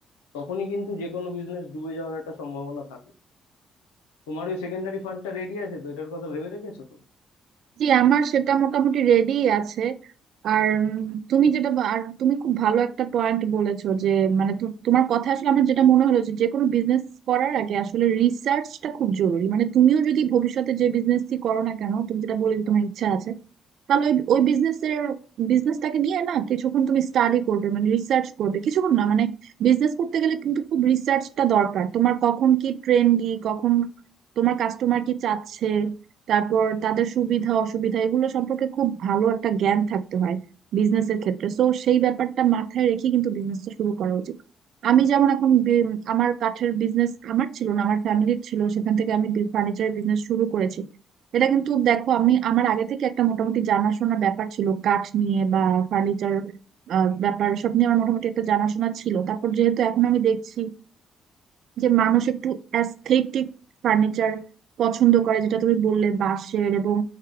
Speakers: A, on the left; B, on the right.
A: তখনই কিন্তু যে কোনো বিজনেস ডুবে যাওয়ার একটা সম্ভাবনা থাকে তোমার ওই সেকেন্ডারি ফান্ডটা রেডি আছে তো এটার কথা ভেবে রেখেছো তো
B: জি আমার সেটা মোটামুটি রেডি আছে আর উম, তুমি যেটা বা- আর তুমি খুব ভালো একটা পয়েন্ট বলেছো যে মানে তো- তোমার কথা আসলে আমার যেটা মনে হলো যে যে কোনো বিজনেস করার আগে আসলে রিসার্চটা খুব জরুরি মানে তুমিও যদি ভবিষ্যতে যে বিজনেসই করো না কেন তুমি যেটা বলে তোমার ইচ্ছা আছে তাহলে ওই ওই বিজনেসের বিজনেসটাকে নিয়ে না কিছুক্ষণ তুমি স্টাডি করবে মানে রিসার্চ করবে কিছুক্ষণ না মানে বিজনেস করতে গেলে কিন্তু খুব রিসার্চটা দরকার তোমার কখন কি ট্রেন্ডি কখন তোমার কাস্টমার কি চাচ্ছে তারপর তাদের সুবিধা অসুবিধা এগুলো সম্পর্কে খুব ভালো একটা জ্ঞান থাকতে হয় বিজনেসের ক্ষেত্রে সো সেই ব্যাপারটা মাথায় রেখে কিন্তু বিজনেসটা শুরু করা উচিত আমি যেমন এখন বি- আমার কাঠের বিজনেস আমার ছিল না আমার ফ্যামিলির ছিল সেখান থেকে আমি ফার্নিচারের বিজনেস শুরু করেছি এটা কিন্তু দেখো আমি আমার আগে থেকে একটা মোটামুটি জানাশোনা ব্যাপার ছিল কাঠ নিয়ে বা ফার্নিচার ব্যাপার সব নিয়ে আমার মোটামুটি একটা জানাশোনা ছিল তারপর যেহেতু এখন আমি দেখছি যে মানুষ একটু অ্যাস্থেটিক ফার্নিচার পছন্দ করে যেটা তুমি বললে বাঁশের এবং